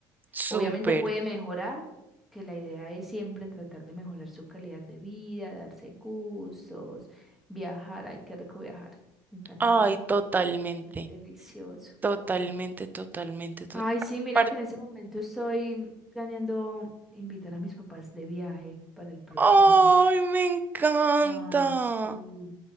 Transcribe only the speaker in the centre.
Obviamente puede mejorar, que la idea es siempre tratar de mejorar su calidad de vida, darse gustos, viajar. Ay, qué rico viajar. Me encanta
viajar.
Ay, delicioso.
Ay, sí, mira
que en ese momento estoy planeando invitar a mis papás de viaje para el próximo
año.
Ay, sí.